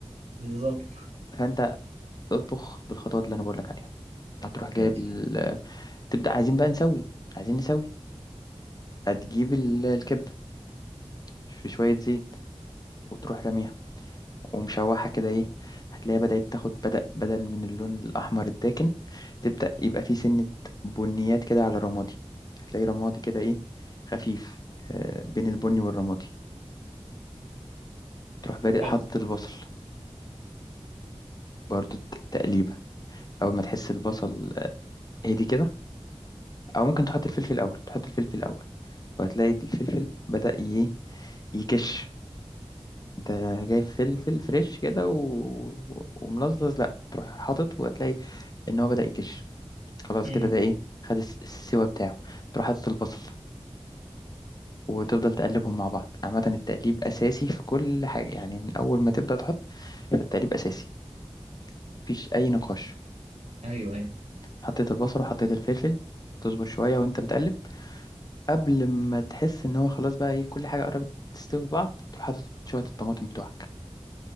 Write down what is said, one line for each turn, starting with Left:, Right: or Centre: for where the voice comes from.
Right: بالظبط
Left: فأنت اطبخ بالخطوات اللي أنا بقول لك عليها هتروح جايب
Right: ماشي
Left: ال... تبدأ عايزين بقى نسوي عايزين نسوي هتجيب ال- الكبدة في شوية زيت وتروح راميها ومشوحة كده إيه هتلاقيها بدأت تاخد بدأ بدل من اللون الأحمر الداكن تبدأ يبقى فيه سنة بنيات كده على الرمادي هتلاقي رمادي كده إيه خفيف آه، بين البني والرمادي تروح بادئ
Right: حلو
Left: حط البصل برضو ت- تقليبة أول ما تحس البصل آه، هدي كده أو ممكن تحط الفلفل الأول تحط الفلفل الأول وهتلاقي الفلفل بدأ ي- إيه، يكش انت جايب فلفل فريش كده و... وملزز لا تروح حاطط وهتلاقي ان هو بدأ يكش خلاص
Right: امم
Left: كده ده ايه خد الس- السوا بتاعه تروح حاطط البصل وتفضل تقلبهم مع بعض عامة التقليب أساسي في كل حاجة يعني من أول ما تبدأ تحط فالتقليب أساسي مفيش أي نقاش
Right: ايوه ايوه
Left: حطيت البصل وحطيت الفلفل تصبر شوية وأنت بتقلب قبل ما تحس إن هو خلاص بقى إيه كل حاجة قربت تستوي في بعض تروح حاطط شوية الطماطم بتوعك